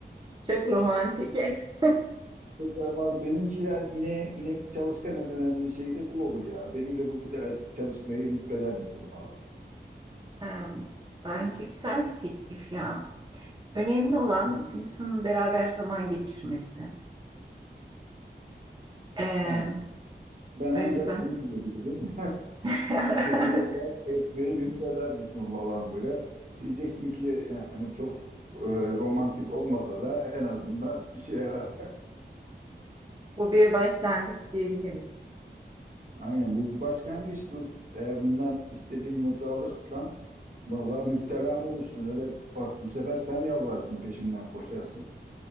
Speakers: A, on the right; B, on the right.
A: Çok romantik. <laughs>
B: Yok ama benimki yani ine, inek çalışkan öğrendiğin şey de bu olur ya. Benim de bu ders çalışmayı lütfeder misin falan.
A: Em, Bence güzel bir teklif ya. Önemli olan insanın beraber zaman geçirmesi. Em,
B: Yani ben ancak
A: o yüzden
B: bunu diyebilirim. <laughs>
A: <laughs>
B: Benim de ders çalışmayı lütfeder misin falan böyle. Diyeceksin ki yani çok e, romantik olmasa da en azından işe yarar. <laughs>
A: bu bir başlangıç diyebiliriz.
B: Aynen bu bir başlangıçtır. Eğer bundan istediğin notu alırsan vallahi müptelam olursun. Öyle bak bu sefer sen yalvarırsın peşimden koşarsın.